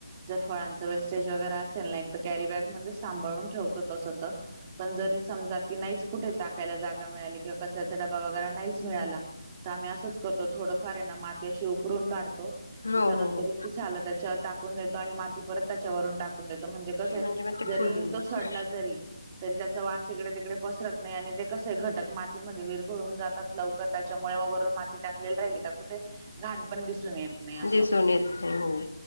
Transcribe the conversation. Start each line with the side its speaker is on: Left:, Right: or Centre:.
Right: जर फळांचं वेस्टेज वगैरे असेल नाही तर कॅरी बॅग मध्ये सांभाळून ठेवतो तस तर. पण जरी समजा की नाहीच कुठे टाकायला जागा मिळाली किंवा कशाचा डबा वगैरे नाहीच मिळाला. तर आम्ही असंच करतो थोडंफार आहेना माती अशी उकडून काढतो त्याच्यानंतर
Left: हो हो हो
Right: ती सालं त्याच्यावर टाकून देतो आणि माती परत त्याच्यावरून टाकून देतो म्हणजे कसं आहे
Left: म्हणजे मग ते
Right: जरी
Left: कुजून टाकत.
Right: तो सडला जरी तरी त्याचा वास इकडे-तिकडे पसरत नाही आणि ते कसं आहे घटक मातीमध्ये विरघळून जातात लवकर. त्याच्यामुळे मग वरून माती टाकली राहिली का कुठे घाण पण दिसून येत. नाही असं.
Left: दिसुन येते होय.